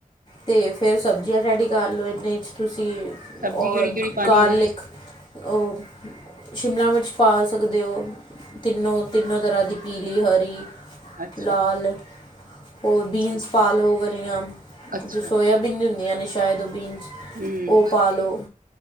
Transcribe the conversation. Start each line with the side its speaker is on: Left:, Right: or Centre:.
Left: ਤੇ ਫਿਰ ਸਬਜ਼ੀਆਂ ਰੈਡੀ ਕਰ ਲਓ ਇਨੇ 'ਚ ਤੁਸੀਂ
Right: ਸਬਜ਼ੀ
Left: ਔ,
Right: ਕਿਹੜੀ ਕਿਹੜੀ ਪਾਣੀ
Left: ਗਾਰਲਿਕ
Right: ਉਹਦੇ ਵਿੱਚ
Left: ਔ, ਸ਼ਿਮਲਾ ਮਿਰਚ ਪਾ ਸਕਦੇ ਓ ਤਿੰਨੋ-ਤਿੰਨੋ ਤਰ੍ਹਾਂ ਦੀ ਪੀਲੀ, ਹਰੀ
Right: ਅੱਛਾ
Left: ਲਾਲ, ਹੋਰ ਬੀਨਸ
Right: ਅੱਛਾ
Left: ਪਾ ਲਓ ਵਲੀਆਂ
Right: ਅੱਛਾ
Left: ਜੋ ਸੋਇਆਬੀਨ
Right: ਅੱਛਾ
Left: ਹੁੰਦੀਆਂ ਨੇ ਸ਼ਾਇਦ ਉਹ ਬੀਨਸ,
Right: ਹਮ
Left: ਉਹ ਪਾ ਲੋ